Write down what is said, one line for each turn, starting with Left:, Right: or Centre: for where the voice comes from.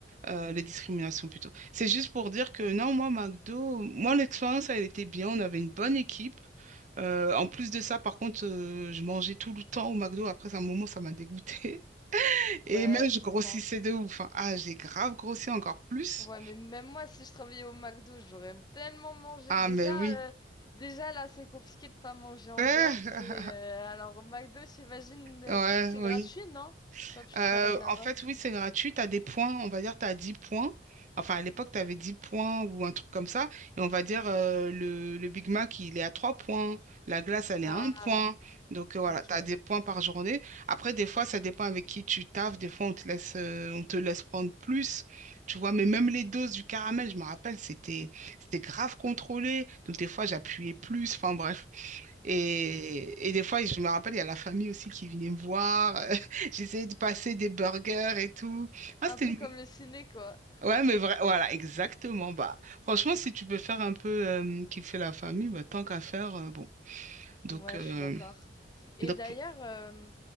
Right: euh, les discriminations plutôt. C'est juste pour dire que non, moi, McDo, moi, l'expérience, elle était bien. On avait une bonne équipe. Euh, en plus de ça, par contre, euh, je mangeais tout le temps au McDo. Après, à un moment, ça m'a dégoûté. <laughs>
Left: <laughs>
Right: Et
Left: ouais,
Right: même, je
Left: je
Right: grossissais
Left: comprends.
Right: de ouf. hein. Ah, j'ai grave grossi encore plus.
Left: Ouais, mais même moi, si je travaillais au McDo, j'aurais tellement mangé.
Right: Ah,
Left: Déjà,
Right: mais oui.
Left: euh, déjà là, c'est compliqué de pas manger en
Right: <laughs>
Left: dehors. tu sais, euh, alors, au McDo, j'imagine, euh,
Right: Ouais,
Left: c'est
Right: oui.
Left: gratuit, non? Quand tu
Right: Euh,
Left: travailles là-bas.
Right: en fait, oui, c'est gratuit. Tu as des points, on va dire, tu as 10 points. Enfin, à l'époque, tu avais 10 points ou un truc comme ça. Et on va dire, euh, le, le Big Mac, il est à 3 points. La glace, elle
Left: Ah,
Right: est à 1 point. Donc, euh, voilà,
Left: ok,
Right: tu
Left: ouais.
Right: as des points par journée. Après, des fois, ça dépend avec qui tu taffes. Des fois, on te laisse, euh, on te laisse prendre plus. Tu vois, mais même les doses du caramel, je me rappelle, c'était, c'était grave contrôlé. Donc, des fois, j'appuyais plus. Enfin, bref. Et, et des fois, je me rappelle, il y a la famille aussi qui venait me voir. <laughs> J'essayais de passer des burgers et tout. Ah,
Left: Un
Right: c'était...
Left: peu
Right: une-
Left: comme le ciné, quoi.
Right: Ouais, mais vrai, voilà, exactement. Bah, franchement, si tu peux faire un peu euh, kiffer la famille, bah, tant qu'à faire, euh, bon. Donc,
Left: Ouais,
Right: euh,
Left: je suis d'accord. Et
Right: donc,
Left: d'ailleurs, euh,